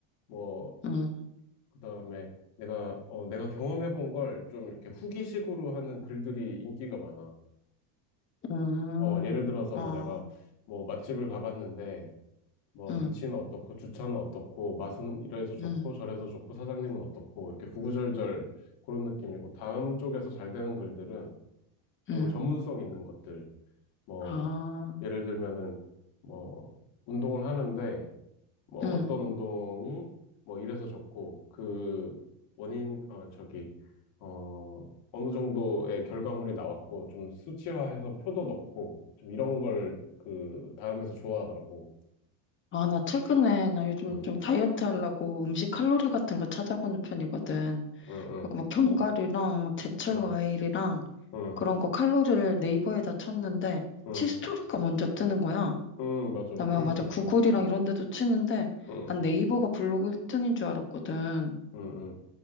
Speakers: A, on the left; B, on the left.
A: 뭐
B: 응,
A: 그다음에 내가 어 내가 경험해본 걸 좀 이렇게 후기식으로 하는 글들이 인기가 많아.
B: 응.
A: 어 예를 들어서
B: 아,
A: 뭐 내가 뭐 맛집을 가봤는데 뭐
B: 응,
A: 위치는 어떻고 주차는 어떻고 맛은 이래서 좋고
B: 응,
A: 저래서 좋고 사장님은 어떻고 이렇게 구구절절 그런 느낌이고 다음 쪽에서 잘 되는 글들은
B: 응.
A: 좀 전문성 있는 것들 뭐
B: 아,
A: 예를 들면은 뭐 운동을 하는데 뭐
B: 응.
A: 어떤 운동이 뭐 이래서 좋고 그 원인 어 저기 어 어느 정도의 결과물이 나왔고 좀 수치화해서 표도 넣고 좀 이런 걸 그 다음에서 좋아하더라고.
B: 아, 나 최근에, 나 요즘
A: 응,
B: 좀 다이어트 하려고 음식 칼로리 같은 거 찾아보는 편이거든.
A: 응, 응,
B: 그리고 막 견과류랑 막 제철
A: 응,
B: 과일이랑
A: 응,
B: 그런 거 칼로리를 네이버에다 쳤는데
A: 응, 응,
B: 치스토리가 먼저 뜨는 거야.
A: 응, 맞아.
B: 그다음에
A: 그럴
B: 아, 맞아.
A: 수 있어.
B: 구글이랑 이런 데도 치는데
A: 응,
B: 난 네이버가 블로그 1등인 줄 알았거든.
A: 응, 응. 응.